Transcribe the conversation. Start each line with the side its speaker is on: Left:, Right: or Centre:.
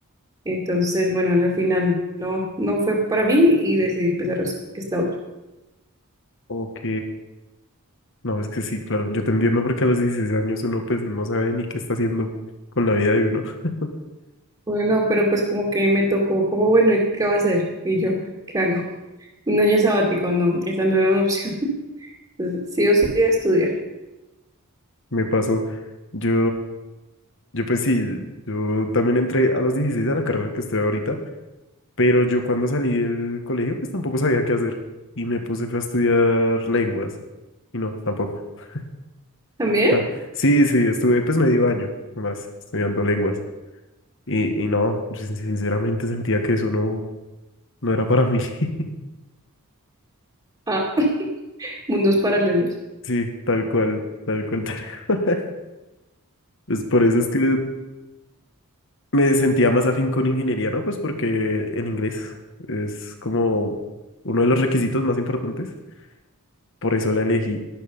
Right: Entonces, bueno, al final no, no fue para mí y decidí empezar os- esta otra.
Left: ok. No, es que sí, claro, yo te entiendo porque a los 16 años uno pues no sabe ni qué está haciendo con la vida de uno. <laughs>
Right: Bueno, pero pues como que me tocó, como bueno, ¿y qué va a hacer? Y yo, ¿qué hago? <laughs> Un año sabático, no, esa no era una opción. <laughs> Entonces, sí o sí a estudiar.
Left: Me pasó. Yo, yo pues sí, yo también entré a los 16 a la carrera que estoy ahorita, pero yo cuando salí del colegio pues tampoco sabía qué hacer y me puse fue a estudiar lenguas y no, tampoco. <laughs>
Right: ¿También?
Left: Ah, sí, sí, estuve pues medio año más estudiando lenguas. Y, y no, yo sin- sinceramente sentía que eso no, no era para mí. <laughs>
Right: Ah, mundos paralelos.
Left: Sí, tal cual, tal cual, tal cual. <laughs> Pues por eso es que me sentía más afín con ingeniería, ¿no? Pues porque en inglés es como uno de los requisitos más importantes. Por eso la elegí.